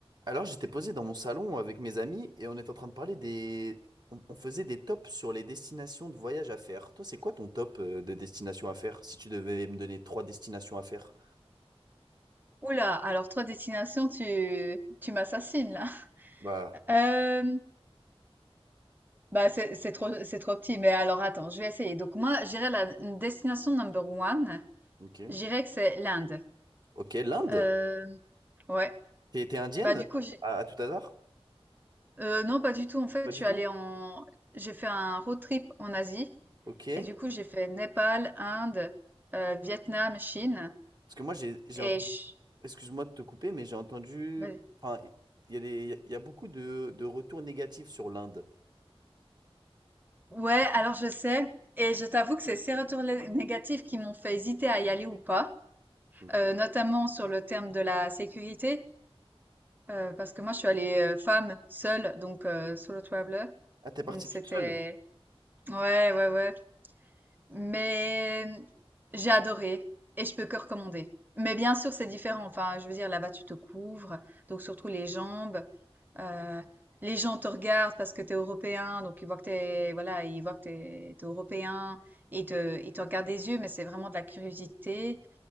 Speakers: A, on the right; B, on the right.
A: Alors, j'étais posé dans mon salon avec mes amis et on était en train de parler des... On, on faisait des tops sur les destinations de voyage à faire. Toi, c'est quoi ton top euh, de destination à faire si tu devais me donner trois destinations à faire?
B: Oula, alors trois destinations, tu, tu m'assassines là.
A: Bah,
B: Euh, bah c'est c'est trop c'est trop petit, mais alors attends, je vais essayer. Donc moi, j'irai la destination number one.
A: ok.
B: J'irai que c'est l'Inde.
A: Ok, l'Inde?
B: Euh, ouais.
A: T'es t'es indienne
B: Bah du
A: euh,
B: coup, j'ai-
A: à, à tout hasard?
B: euh, non pas du tout. En fait,
A: Pas du
B: je suis
A: tout.
B: allée en, j'ai fait un road trip en Asie
A: Ok.
B: et du coup j'ai fait Népal, Inde, euh, Vietnam, Chine
A: Parce que moi, j'ai j'ai
B: et
A: entendu...
B: je-
A: Excuse-moi de te couper, mais j'ai entendu...
B: vas-y.
A: Enfin, il y a des- il y a beaucoup de, de retours négatifs sur l'Inde.
B: Ouais, alors je sais. Et je t'avoue que c'est ces retours lé- négatifs qui m'ont fait hésiter à y aller ou pas.
A: Ok.
B: euh, notamment sur le terme de la sécurité, euh, parce que moi je suis allée euh, femme seule, donc euh, solo traveler,
A: Ah, t'es parti
B: donc c'était
A: toute seule?
B: ouais ouais ouais, mais mm, j'ai adoré et je peux que recommander. Mais bien sûr c'est différent, enfin je veux dire là-bas tu te couvres, donc surtout les jambes, euh, les gens te regardent parce que t'es européen, donc ils voient que t'es voilà ils voient que t'es t'es européen et ils te ils te regardent des yeux, mais c'est vraiment de la curiosité